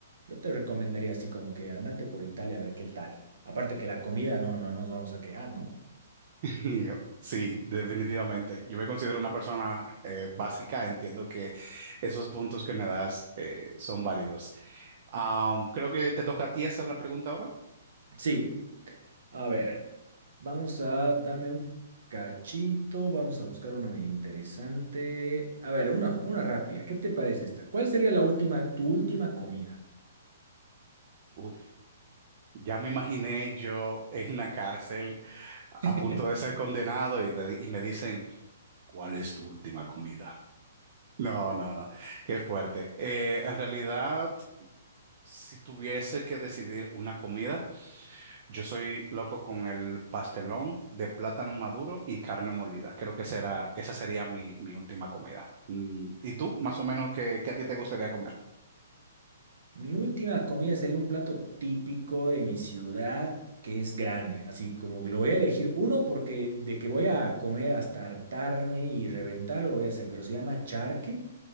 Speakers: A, on the right; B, on the right.
A: yo te recomendaría así como que andate por Italia a ver qué tal. Aparte que la comida no, no nos vamos a quejar, ¿no?
B: <laughs> yo, Sí, definitivamente. Yo me considero una persona eh, básica. Entiendo que esos puntos que me das eh, son válidos. Am, creo que te toca a ti hacer la pregunta ahora.
A: Sí, a ver, vamos a, dame un cachito, vamos a buscar una medio interesante. A ver, una, una rápida, ¿qué te parece esta? ¿Cuál sería la última, tu última comida?
B: Uf, ya me imaginé yo en una cárcel a
A: <laughs>
B: punto de ser condenado y, de- y me dicen, ¿cuál es tu última comida? No, no, no, qué fuerte. Eh, en realidad, si tuviese que decidir una comida, yo soy loco con el pastelón de plátano maduro y carne molida. Creo que será, esa sería mi, mi última comida. Mm, ¿Y tú, más o menos, qué, qué a ti te gustaría comer?
A: Mi última comida sería un plato típico de mi ciudad, que es grande. Así como lo voy a elegir uno porque de que voy a comer hasta hartarme y reventar, lo voy a hacer, pero se llama charqui